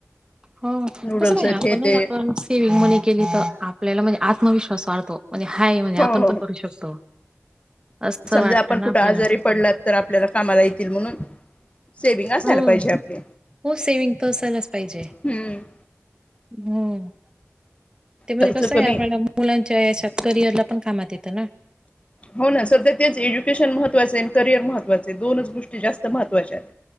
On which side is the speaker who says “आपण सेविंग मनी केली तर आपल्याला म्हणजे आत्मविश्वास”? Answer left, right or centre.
Right